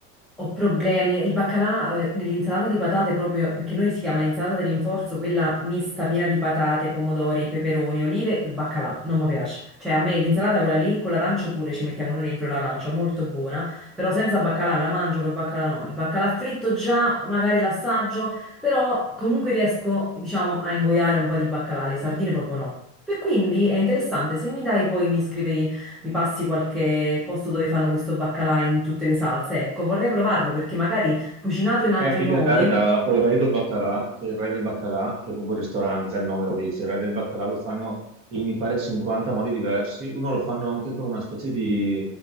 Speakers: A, in the centre; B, on the right.
A: Ho problemi. Il baccalà, eh, nell'insalata di patate proprio, perché noi si chiama insalata di rinforzo, quella mista piena di patate, pomodori, peperoni, olive, il baccalà, non mi piace. Cioè a me l'insalata quella lì, con l'arancio pure ci mettiamo noi dentro l'arancio, molto buona, però senza baccalà me la mangio, col baccalà no. Il baccalà fritto già, magari l'assaggio, però comunque riesco, diciamo, a ingoiare un po' di baccalà, le sardine proprio no. E quindi è interessante, se mi dai poi mi scrivi mi passi qualche posto dove fanno questo baccalà in tutte le salse. Ecco, vorrei provarlo perché magari cucinato in altri
B: Eh, devi
A: modi.
B: andare da Oredo Baccalà, che è il re del baccalà, che è proprio il ristorante, già il nome lo dice, il re del baccalà lo fanno in mi pare 50 modi diversi, uno lo fanno anche con una specie di,